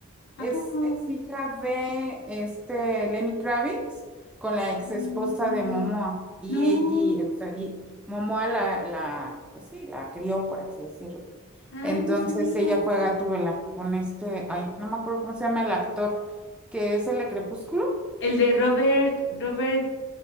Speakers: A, in the centre; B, on the left.
A: es,
B: ¿A poco?
A: es hija de este Lenny Kravitz con la ex
B: Mm,
A: esposa de Momoa y
B: No,
A: e- y, o sea, y Momoa la la pues sí, la crió por así decirlo.
B: ay,
A: Entonces
B: no sabía.
A: ella fue Gatúbela con este, ay, no me acuerdo cómo se llama el actor que es el de Crepúsculo,
B: El de Robert, Robert,